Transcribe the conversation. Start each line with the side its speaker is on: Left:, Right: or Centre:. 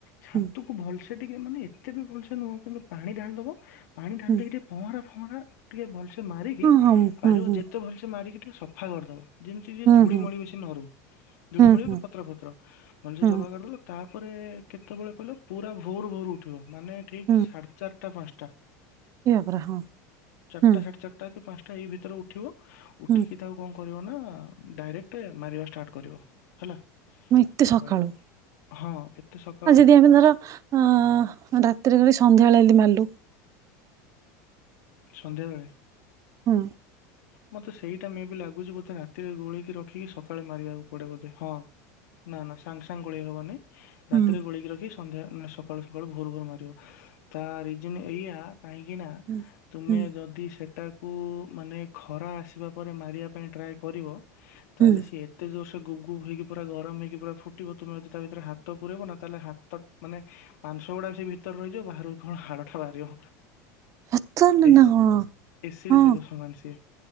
Left: ଛାତକୁ
Right: ହୁଁ
Left: ଭଲସେ ଟିକେ ମାନେ ଏତେ ବି ଭଲସେ ନୁହଁ କିନ୍ତୁ ପାଣି ଢାଳିଦବ ପାଣି ଢାଳି
Right: ହୁଁ ହୁଁ
Left: ଦେଇକି ଟିକେ ପହଁରା ଫହଁରା ଟିକେ ଭଲସେ ମାରିକି
Right: ହଁ
Left: ପାରିବ
Right: ହଁ ହୁଁ
Left: ଯେତେ ଭଲସେ ମାରିକି ଟିକେ ସଫା କରିଦବ। ଯେମିତିକି
Right: ହୁଁ
Left: ଧୂଳି
Right: ହୁଁ
Left: ମଳି ବେଶି ନ ରହୁ ଧୂୁଳି
Right: ହୁଁ
Left: ମଳି
Right: ହୁଁ
Left: କି ପତ୍ର ଫତ୍ର ଭଲସେ
Right: ହୁଁ
Left: ସଫା
Right: ହୁଁ
Left: କରିଦେଲ ତାପରେ କେତେବେଳେ କଇଲ ପୁରା ଭୋର ଭୋର ଉଠିବ ମାନେ ଠିକ୍
Right: ହୁଁ
Left: ସା ଚାରିଟା ପାଞ୍ଚଟା
Right: ଏ ବାପରେ ହଁ
Left: ଚାରିଟା
Right: ହୁଁ
Left: ସାଢେ ଚା ତା କି ପାଞ୍ଚଟା ଏଇ ଭିତରେ ଉଠିବ। ଉଠିକି
Right: ହୁଁ।
Left: ତାକୁ କଣ କରିବ ନା ଡାଇରେକ୍ଟ ମାରିବା ଷ୍ଟାର୍ଟ କରିବ। ହେଲା
Right: ମୁଁ ଏତେ ସଖାଳୁ
Left: ମାରି ହଁ ଏତେ ସ
Right: ଆଉ ଯଦି ଆମେ ଧର ଅଁ ରାତିରେ କରି ସନ୍ଧ୍ୟାବେଳେ ଏଦି ମାରଲୁ।
Left: ସନ୍ଧ୍ୟାବେଳେ?
Right: ହୁଁ।
Left: ମତେ ସେଇଟା ମେ ବି ଲାଗୁଚି ବୋଧେ ରାତିରେ ଗୋଳେଇକି ରଖିକି ସକାଳେ ମାରିବାକୁ ପଡେ ବୋଧେ ହଁ। ନା ନା ସାଙ୍ଗେ ସାଙ୍ଗେ ଗୋଳେଇ ହବନି ରାତିରେ
Right: ହୁଁ
Left: ଗୋଳେଇକି ରଖି ସ ସନ୍ଧ୍ୟା ନା ସକାଳୁ ସକାଳୁ ଭୋରୁ ଭୋରୁ ମାରିବ ତା ରିଜିନ ଏଇଆ କାହିଁକିନା
Right: ହୁଁ
Left: ତୁମେ
Right: ହୁଁ
Left: ଯଦି ସେଟାକୁ ମାନେ ଖରା ଆସିବା ପରେ ମାରିବା ପାଇଁ ଟ୍ରାଏ କରିବ
Right: ହୁଁ
Left: ତାହେଲେ ସିଏ ଏ ଏତେ ଯୋରସେ ଗୁପ ଗୁପ ହେଇକି ପୁରା ଗରମ ହେଇକି ପୁରା ଫୁଟିବ ତୁମେ ଯଦି ତା ଭିତରେ ହାତ ପୁରାଇବ ନା ତାହେଲେ ହାତ ମାନେ ମାଂସ ଗୁଡାକ ସେ ଭିତରେ ରହିଯିବ ବାହହାରକୁ କେବଳ ହାଡଟା ବାହାରିବ।
Right: ସତରରେ
Left: ଏସ
Right: ନା କଣ
Left: ଏସିଡି
Right: ହଁ
Left: ସହିତ ସମାନ ସିଏ।